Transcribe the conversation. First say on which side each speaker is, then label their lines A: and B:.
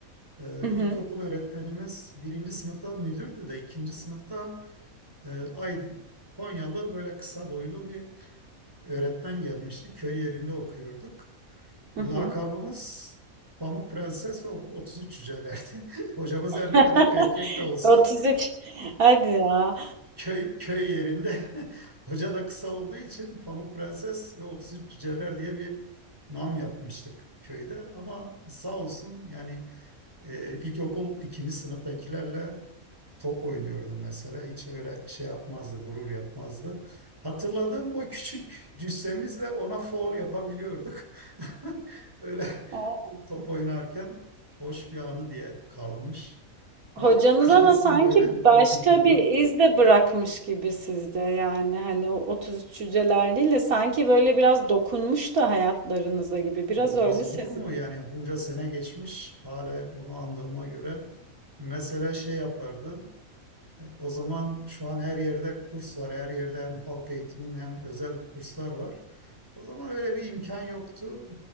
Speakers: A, on the right; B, on the right.
A: Ee,
B: Hı hı.
A: ilkokul öğretmenimiz birinci sınıfta müdürdü de ikinci sınıfta e, Aydın, Konyalı böyle kısa boylu bir öğretmen gelmişti. Köy yerinde okuyorduk.
B: Hı
A: Lakabımız
B: hı.
A: Pamuk Prenses ve o- 33 Cücelerdi. <laughs> Hocamız her ne
B: <laughs>
A: kadar erkek de olsa
B: 33. Hadi ya.
A: köy köy yerinde <laughs> hoca da kısa olduğu için Pamuk Prenses ve 33 Cüceler diye bir nam yapmıştık köyde. Ama sağ olsun yani e, ilkokul ikinci sınıftakilerle top oynuyordu mesela. Hiç öyle şey yapmazdı, gurur yapmazdı. Hatırladığım o küçük cüssemizle ona foul yapabiliyorduk. <laughs> Öyle
B: Aa.
A: top oynarken hoş bir anı diye kalmış. Var
B: Hocanız
A: mı başkasının
B: ama sanki
A: böyle
B: başka
A: ilkokuldan?
B: bir iz de bırakmış gibi sizde. Yani hani o 33 cüceler değil de sanki böyle biraz dokunmuş da hayatlarınıza gibi. Biraz
A: Olmaz
B: öyle
A: olur
B: sezin.
A: mu? Yani bunca sene geçmiş, hala onu andığıma göre mesele şey yapardı. E, O zaman şu an her yerde kurs var. Her yerde hem halk eğitimin hem özel kurslar var. O zaman öyle bir imkan yoktu.